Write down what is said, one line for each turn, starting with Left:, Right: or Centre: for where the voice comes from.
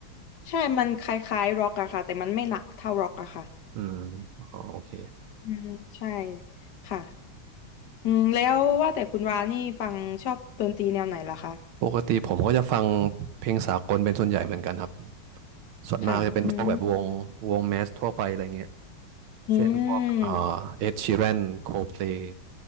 Left: ใช่มันคล้ายๆร็อกอะค่ะแต่มันไม่หนักเท่าร็อกอะค่ะ
Right: อืมอ๋อโอเค
Left: อืมใช่ค่ะ อืมแล้วว่าแต่คุณวานี่ฟังชอบดนตรีแนวไหนล่ะคะ
Right: ปกติผมก็จะฟังเพลงสากลเป็นส่วนใหญ่เหมือนกันครับส่วนมากจะเป็นพวกแบบวงวงแมสทั่วไปอะไรเงี้ย
Left: ค่ะ อืมอืม
Right: เช่นพวกเอ่อเอ็ดชีแรนโคลด์เพลย์